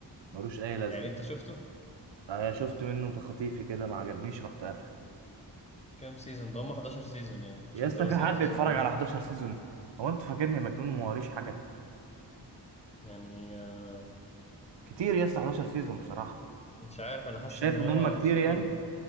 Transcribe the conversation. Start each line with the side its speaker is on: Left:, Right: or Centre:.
Right: ملوش اي لازمه
Left: يعني انت شفته
Right: آه شفت منه تخطيفي كده ما عجبنيش رحت قافله
Left: كام سيزون ده هم 11 سيزون يعني انت
Right: يا
Left: شفت
Right: اسطى
Left: مثلا
Right: في حد
Left: سيزون
Right: بيتفرج
Left: 1
Right: على 11 سيزون هو انت فاكرني مجنون وما وريش حاجه
Left: يعني آه،
Right: كتير يا اسطى 11 سيزون بصراحه
Left: مش عارف انا حاسس
Right: مش شايف
Left: ان هو
Right: ان هم كتير
Left: اسطوري
Right: يعني